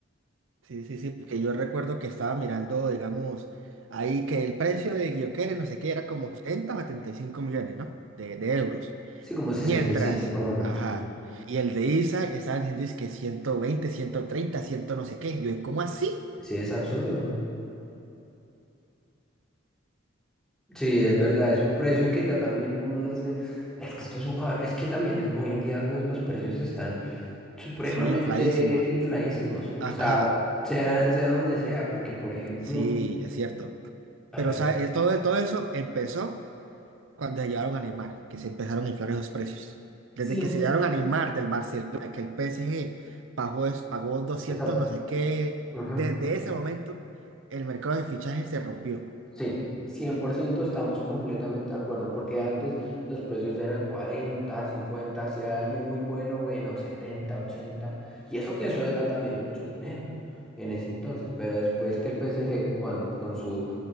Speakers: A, on the right; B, in the centre.
A: Sí, sí, sí, porque yo recuerdo que estaba mirando, digamos, ahí que el precio de Guioquere, no sé qué, era como 70 o 75 millones, ¿no? De, de euros.
B: sí, como sesenta
A: Mientras,
B: y cinco más o menos,
A: ajá. Y el de Isa, que estaban diciendo es que ciento veinte ciento treinta 100 no sé qué. Yo, ¿cómo así?
B: sí, es absurdo, sí, es
A: Y pues,
B: verdad, es un precio que ya también uno dice, es que estos jugadores, es que también es- hoy en día los, los precios están supremamente
A: sí, infladísimos.
B: infladísimos.
A: Ajá,
B: O sea, sea, sea donde sea, porque por ejemplo,
A: sí, es cierto.
B: a
A: Pero,
B: ver,
A: ¿sabes? Todo, todo eso empezó. cuando se llevaron a Neymar, que se empezaron a inflar esos precios. Desde
B: 100,
A: que se llevaron a Neymar del Barcelona, que el PSG pagó, es- pagó 200
B: esa-
A: no sé qué,
B: ujú,
A: desde ese momento el mercado de fichajes se rompió.
B: sí, 100% estamos completamente de acuerdo, porque antes los precios eran 40, 50, si era alguien muy bueno, bueno, 70, 80, y eso que eso era también mucho dinero. en ese entonces, pero después que el PSG con, con su,